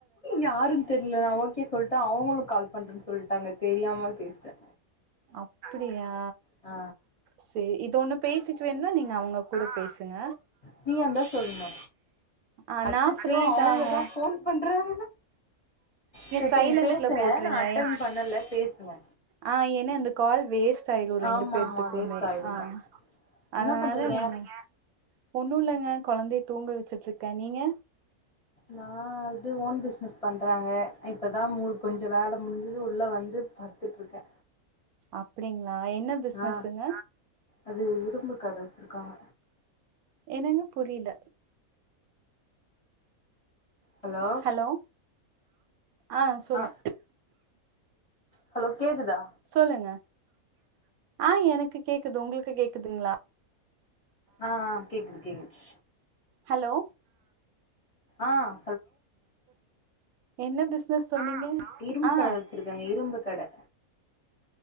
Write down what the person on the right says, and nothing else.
அப்டியா
சே இதொண்ணு பேசிட்டு வேணுனா நீங்க அவங்க கூட பேசுங்க
ஆ
நா ஃப்ரீ
தாங்க
சைலன்ட்ல
போட்ருங்க
ஏ
ஆ ஏனா இந்த கால் வேஸ் சாயிரு ரெண்டு
பேத்துக்குமே
ஆ அதனால
நீங்க ஒண்ணுலங்க கொழந்தைய தூங்க வச்சிட்ருக்கே நீங்க
அப்படிங்ளா என்ன பிசினஸ்ங்க
என்னங்க புரியல
ஹலோ ஆஹ் சொல்லு
சொல்லுங்க ஆஹ் எனக்கு கேக்குது உங்களுக்கு கேக்குதுங்ளா
ஹலோ
என்ன பிசினஸ் சொன்னீங்க
ஆ